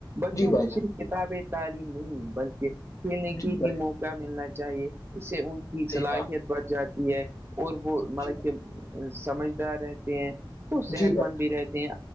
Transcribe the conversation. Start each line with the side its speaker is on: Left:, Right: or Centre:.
Right: بچوں
Left: جی بھائی
Right: کو
Left: جان
Right: صرف کتابیں تعلیم نہیں بلکہ کھیلنے کی
Left: جی بھائی
Right: بھی موقع ملنا چاہیے اس سے ان کی
Left: صحیح
Right: صلاحیت
Left: کہا آپ نے
Right: بڑھ جاتی ہے اور وہ مطلب
Left: جی
Right: کہ سمجھدار رہتے ہیں تو صحت
Left: جی بھائی
Right: مند بھی رہتے ہیں